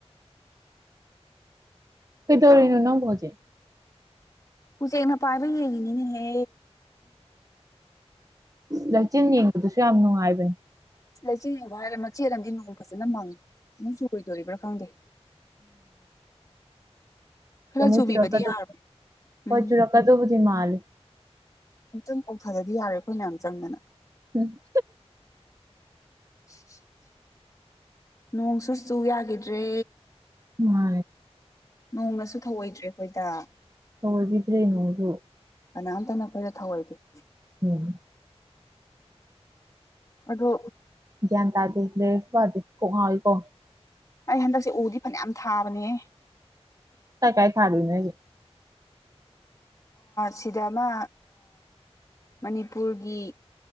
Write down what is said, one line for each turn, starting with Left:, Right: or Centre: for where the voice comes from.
Right: ꯀꯩꯗꯧꯔꯤꯅ ꯅ ꯍꯧꯖꯦ
Left: ꯎꯆꯅ ꯄꯥꯏꯕ ꯌꯦꯒꯅꯤꯅꯦ ꯍꯦ
Right: ꯂꯛꯆꯦꯜ ꯌꯦꯡꯕꯗꯨꯁꯨ ꯌꯥꯝ ꯅꯨꯡꯉꯥꯏꯕꯅꯦ
Left: ꯂꯩꯆꯦꯉꯕ ꯍꯥꯏꯔꯦ ꯃꯆꯦꯠ ꯑꯃꯗꯤ ꯅꯣꯡ ꯐꯖꯅ ꯃꯪꯉ ꯑꯃꯨꯛ ꯆꯨꯔꯣꯏꯗꯣꯔꯤꯕ꯭ꯔꯥ ꯈꯪꯗꯦ ꯈꯔ ꯆꯨꯕꯤꯕꯗꯤ
Right: ꯨ ꯆꯨꯔꯀꯗ
Left: ꯌꯥꯔꯕꯅꯦ ꯎꯝ
Right: ꯍꯣꯏ ꯆꯨꯔꯀꯗꯕꯨꯤ ꯃꯥꯜ
Left: ꯑꯝꯇꯪ ꯀꯣꯛꯊꯗꯗꯤ ꯌꯥꯔꯦ ꯑꯩꯈꯣꯏ ꯃꯌꯥꯝ ꯆꯪꯗꯅ
Right: ꯎꯝ
Left: <unintelligible> ꯅꯣꯡ ꯆꯨ ꯆꯨ ꯌꯥꯈꯤꯗ꯭ꯔꯦ
Right: ꯃꯥ
Left: ꯅꯣꯡꯅꯁꯨ ꯊꯧꯑꯣꯏꯗ꯭ꯔꯦ ꯑꯩꯈꯣꯏꯗ
Right: ꯊꯑꯣꯏꯕꯤꯗ꯭ꯔꯔꯤ ꯅꯉꯁꯨ
Left: ꯀꯅꯥꯝꯇꯅ ꯑꯩꯈꯣꯏꯗ ꯊꯧꯑꯣꯏꯗꯦ
Right: ꯎꯝ
Left: ꯑꯗꯣ
Right: ꯒꯟ ꯇꯔꯗꯦ ꯦꯁꯥꯔꯗ ꯀꯣꯉ ꯑꯣꯏꯀꯣ
Left: ꯑꯩ ꯍꯟꯗꯛꯁꯦ ꯎꯗꯤ ꯐꯅꯌꯥꯝ ꯊꯥꯕꯅꯦ
Right: ꯀꯥꯏ ꯊꯥꯔꯅꯦ
Left: ꯁꯤꯗ ꯑꯃ ꯃꯅꯤꯄꯨꯔꯒꯤ